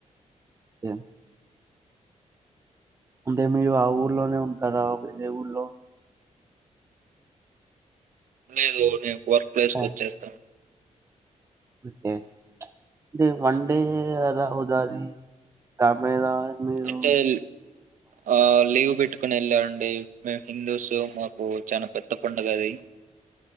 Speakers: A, on the right (about 20°); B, on the right (about 85°).
A: యా అంటే మీరు ఆ ఊర్లోనే ఉంటరా వేరే ఊర్లో
B: లేదు నేను వర్క్ ప్లేస్
A: ఓకే
B: కు ఒచ్చేస్తా
A: ఓకే అంటె వన్డే ద ఉగాది <unintelligible> మీద మీరు
B: అంటే ల్ ఆ లీవ్ పెట్టు కొనేళ్ళా అండీ మేమ్ హిందూస్ మాకు చానా పెద్ద పండుగ అది